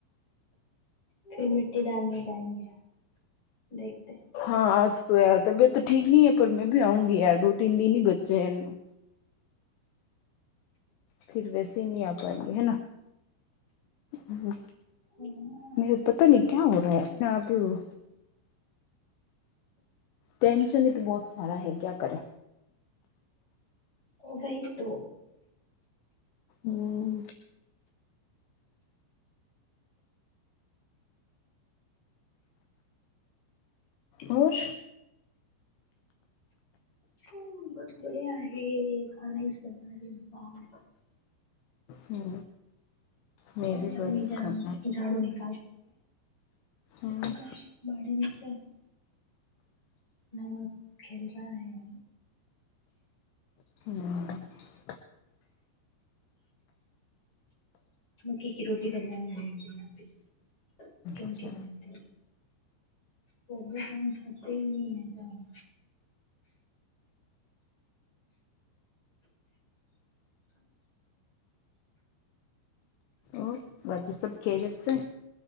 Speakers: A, on the left; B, on the left.
A: پھر مٹی ڈالنے جائیں گے دیکھتے
B: ہاں آج تو یار طبیعت تو ٹھیک نہیں ہے پر میں بھی آؤ گی یار بہ تین دن نہیں بچے ہیںوں پھر ویسے ہی نہیں آ پائیں گے ہے نا ہمم
A: ہ
B: میرے پتا نہیں کیا ہو رہا ہے اپنے آپ ہی وہ ٹینشن ہی تو بہت سارا ہے کیا کریں
A: وہی تو
B: ہمم اور
A: ہ بس <unintelligible> بڑے ہے کھانا ہی سنا ہے با <unintelligible>
B: ہ میں
A: تو
B: بھی
A: امی
B: بس
A: جان
B: کھانا
A: جاڑو نہیں
B: ہوں
A: <unintelligible> وہ کھیل رہا ہے
B: ہمم
A: مکی کی روٹی بنانا ہے <unintelligible> گہیوں
B: اچھا
A: کی بناتی ہوں بد گن کاتے ہی نہیں جاؤ
B: اور باقی سب خریت سے